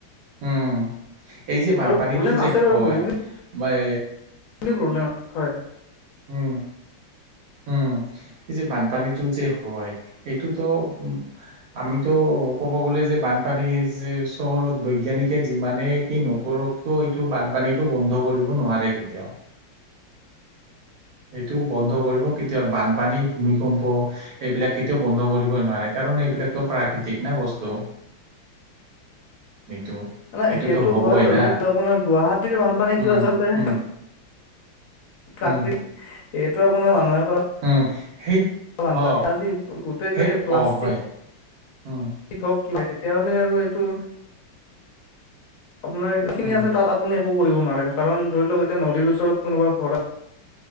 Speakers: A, on the right; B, on the left.
A: উম এই যে বানপানীটো
B: আৰু প্ৰব্লেম
A: যে
B: আছে
A: হয়
B: বাৰু বহুখিনি
A: মই
B: প্ৰব্লেম হয়
A: উম উম এই যে বানপানীটো যে হয় এইটোতো উ আমিতো ক'ব গ'লে যে বানপানী যে চহৰত বৈজ্ঞানিকে যিমানে কি নকৰো দুখটো এইটো বানপানীটো বন্ধ কৰিব নোৱাৰে কেতিয়াও। এইটো বন্ধ কৰিব কেতিয়াও, বানপানী, ভূমিকম্প এইবিলাক কেতিয়াও বন্ধ কৰিব নোৱাৰে। কাৰণ কাৰণ, এইবিলাকতো প্ৰাকৃতিক ন বস্তু এইটো।
B: মানে,
A: এইটোতো
B: সেইটো
A: হ'বই
B: হয় বাৰু।
A: না
B: কিন্তু আপোনাৰ গুৱাহাটীৰ বানপানীতো
A: উম,
B: আচলতে
A: উম,
B: প্ৰাকৃতিক,
A: উম,
B: এইটো আপোনাৰ মানুহে কৰা
A: উম, সেই
B: বানপানী।
A: অ'
B: আজি গোটেই
A: সেই
B: যদি প্লাষ্টিক
A: অ' হয় উম,
B: প্লাষ্টিক হওক কিবা, তেতিয়া হ'লে আৰু এইটো আপোনাৰ এইখিনি
A: উম,
B: আছে, তাত আপুনি একো কৰিব নোৱাৰে। কাৰণ ধৰি লওক এতিয়া নদীৰ ওচৰত কোনোবা ঘৰ